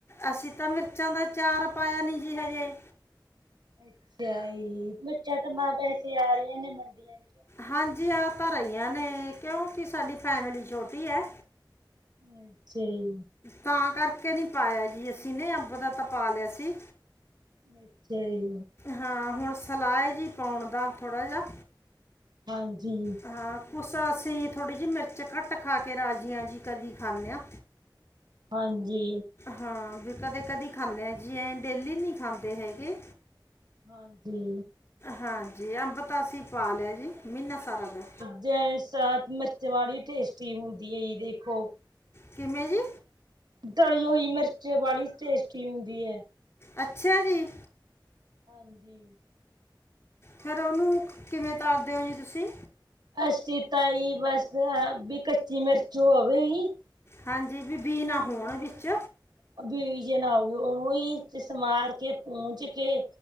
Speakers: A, on the left (about 30°); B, on the right (about 60°).
A: ਅਸੀਂ ਤਾਂ ਮਿਰਚਾਂ ਦਾ ਅਚਾਰ ਪਾਇਆ ਨਹੀਂ ਜੀ ਹਜੇ
B: ਅੱਛਾ ਜੀ ਮਿਰਚਾਂ ਤਾਂ ਨ ਵੈਸੇ ਆ ਰਹੀਆਂ ਨੇ ਮੰਡੀਆਂ 'ਚ
A: ਹਾਂਜੀ ਆਹ ਤਾਂ ਰਹੀਆਂ ਨੇ ਕਿਉਂਕਿ ਸਾਡੀ ਫੈਮਿਲੀ ਛੋਟੀ ਹੈ।
B: ਅੱਛਾ ਜੀ
A: ਤਾਂ ਕਰਕੇ ਨਹੀਂ ਪਾਇਆ ਜੀ ਅਸੀਂ ਨੇ ਅੰਬ ਦਾ ਤਾਂ ਪਾ ਲਿਆ ਸੀ।
B: ਅੱਛਾ ਜੀ
A: ਹਾਂ ਹੁਣ ਸਲਾ ਏ ਜੀ ਪਾਉਣ ਦਾ ਥੋੜ੍ਹਾ ਜਿਹਾ
B: ਹਾਂਜੀ
A: ਹਾਂ ਕੁਸ ਅਸੀਂ ਥੋੜ੍ਹੀ ਜਿਹੀ ਮਿਰਚ ਘੱਟ ਖਾ ਕੇ ਰਾਜੀ ਆਂ ਜੀ ਕਦੀ ਖਾਂਨੇ ਹਾਂ।
B: ਹਾਂਜੀ
A: ਹਾਂ ਵੀ ਕਦੇ ਕਦੀ ਖਾਂਦੇ ਆ ਜੀ ਐ ਡੇਲੀ ਨਹੀਂ ਖਾਂਦੇ ਹੈਗੇ
B: ਹਾਂਜੀ
A: ਹਾਂਜੀ ਅੰਬ ਤਾਂ ਅਸੀਂ ਪਾ ਲਿਆ ਜੀ ਮਹੀਨਾ ਸਾਰਾ ਦਾ
B: ਜਏ ਸਾਂ ਮਿਰਚ ਵਾਲੀ ਟੇਸਟੀ ਹੁੰਦੀ ਹੈ ਜੀ ਦੇਖੋ
A: ਕਿਵੇਂ ਜੀ
B: ਤਲੀ ਹੋਈ ਮਿਰਚ ਵਾਲੀ ਟੇਸਟੀ ਹੁੰਦੀ ਹੈ।
A: ਅੱਛਾ ਜੀ
B: ਹਾਂਜੀ
A: ਫੇਰ ਉਹਨੂੰ, ਕਿਵੇਂ ਤਲ ਦੇ ਓ ਜੀ ਤੁਸੀਂ।
B: ਅਸੀਂ ਤਾਂ ਜੀ ਬਸ ਹਾ ਵੀ ਕੱਚੀ ਮਿਰਚ ਹੋਵੇ ਈ।
A: ਹਾਂਜੀ ਵੀ ਬੀ ਨਾ ਹੋਣ ਵਿੱਚ।
B: ਆ ਬੀ ਜੇ ਨਾ ਓਹੀ ਸਮਾਰ ਕੇ ਪੂੰਜ ਕੇ